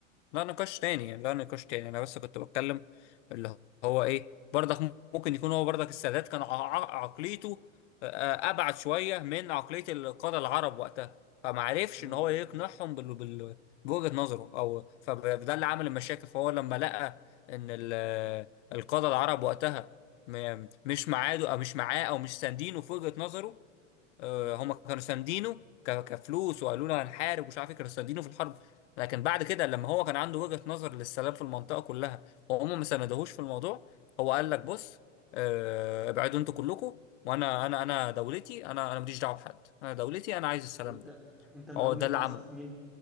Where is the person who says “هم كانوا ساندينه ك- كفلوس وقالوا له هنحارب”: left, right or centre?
Left